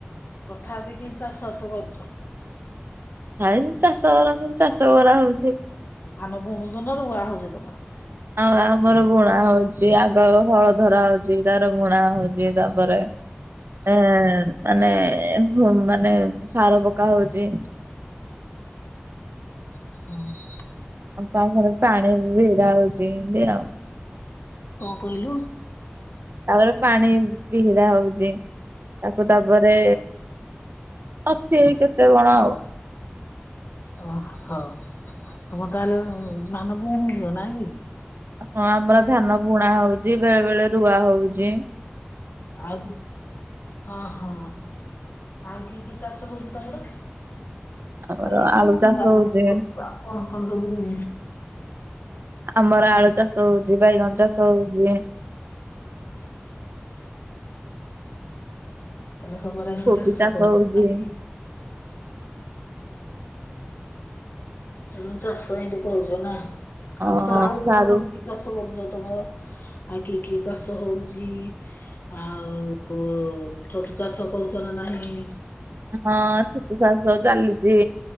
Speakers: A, on the left; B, on the right.
A: ତଥାପି କିମ୍ ଚାଷ ବାସ କରୁଚ?
B: ଆ ଏମି ଚାଷ କରନ୍ତି ଚାଷ କରା ହୋଉଚି।
A: ଧାନ ବୁଣୁଚ ନା ରୁଆ ହୋଉଚି ତମର?
B: ଆଉ ଆମର ବୁଣା ହୋଉଚି ଆଗ ହଳ ଧରା ହୋଉଚି ତାପରେ ବୁଣା ହୋଉଚି ତାପରେ ଏ ମାନେ ଏମ୍ ମାନେ ସାର ପକା ହୋଉଚି।
A: ଓହୋଁ।
B: ଆଉ ତାପରେ ପାଣି ବି ଭିଡା ହୋଉଚି ଏମତି ଆଉ।
A: କଣ କହିଲୁ?
B: ତାପରେ ପାଣି ଭିଡା ହୋଉଚି ତାକୁ ତାପରେ ଅଛି ଏଇ କେତେ କଣ ଆଉ।
A: ଓହୋ ତମର ତାହେଲେ ଉମ୍ ଧାନ ବୁଣୁଚ ନାଁ କି?
B: ହଁ ଆମର ଧାନ ବୁଣା ହୋଉଚି ବେଳେ ବେଳେ ରୁଆ ହୋଉଚି।
A: ଆଉ ହଁ ହଁ ଆଉ କି କି ଚାଷ ହୋଉଚି ତମର?
B: ଆମର
A: ଆଉ <unintelligible>
B: ଆଳୁ ଚାଷ
A: ତମ
B: ହଉଛି
A: <unintelligible> କଣ ସବୁ <inaudible>
B: ଆମର ଆଳୁ ଚାଷ ହୋଉଚି ବାଇଗଣ ଚାଷ ହୋଉଚି।
A: ତାମର ସବୁବେଳେ ଏମି
B: କୋବି
A: ଚାଷ କରୁଚ
B: ହଉଛି
A: ନାଇଁ? ତେଣୁ ଚାଷ ହେମତି କରୁଚ ନା
B: ଅ
A: ଆଉ ତ ଆଉ
B: ସାରୁ
A: କଣ କଣ କି ଚାଷ କରୁଚ ତମର ଆଉ କି କି ଚାଷ ହୋଉଚି ଆଉ ଉ ଛତୁ ଚାଷ କରୁଚ ନା ନାହିଁ?
B: ହଁ ଛତୁ ଚାଷ ଚାଲିଚି।